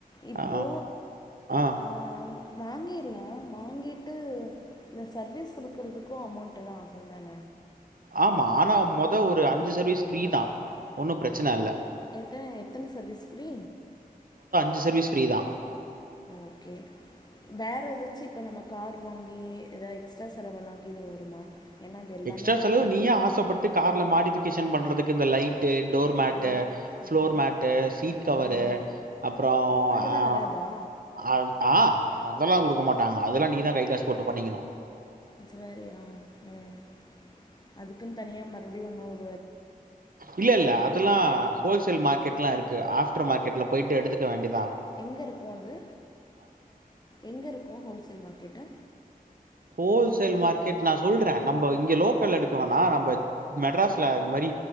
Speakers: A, on the left (about 25°); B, on the right (about 65°).
A: இப்போ
B: ஆ ஆ
A: ஆஹ் வாங்கிற்லாம் வாங்கிட்டு இந்த சர்வீஸ் குடுக்குறதுக்கோ அமௌண்ட்டல்லா ஆகு தான
B: ஆமா ஆனா மொத் தோ ஒரு அஞ்சு சர்வீஸ் ஃப்ரீ தா ஒன்னு பிரச்சன இல்ல
A: எத்தன எத்தன சர்வீஸ் ஃப்ரீ
B: டி சர்வீஸ் ஃப்ரீ தா
A: ஓகே வேற எதாச்சு இப்ப நம்ம கார் வாங்கி ஏதா எக்ஸ்ட்ரா செலவல்லாக்கி இது வருமா ஏன்னா அது எல்லாமே
B: எக்ஸ்ட்ரா
A: நான்
B: செலவு
A: பார்க்கணும்
B: நீயா ஆசப்பட்டு கார்ல மாட்டிட்டு கிஷன் பண்றதுக்கு இந்த லைட் டு டோர் mat
A: ஆ
B: floor
A: okay
B: mat seat cover
A: ஆ
B: அப்றோ
A: அதெல்லா
B: அ
A: வராதா
B: அ ஆ அதெல்லா குடுக்க மாட்டாங்க அதெல்லா நீ தா கைக்காசு போட்டு பண்ணிக்கணூ
A: இது வேறாயா ம் அதுக்குன் தனியா மறுபடியூ இன்னொர்
B: இல்லல்ல அதுலா ஹோல்ஸ் சேல் மார்க்கெட்லாருக்கு ஆஃப்டர் மார்கெட்ல போயிட்டு எடுக்க வேண்டியத்
A: எங்க இருக்கூ அது எங்க இருக்கூ ஹோல்சேல் மார்க்கெட்டு
B: ஹோல்சேல் மார்க்கெட் நா சொல்றே நம்ப இங்க லோக்கல்ல எடுக்க வேணா நம்ம மெட்ராஸ்ல இத மாரி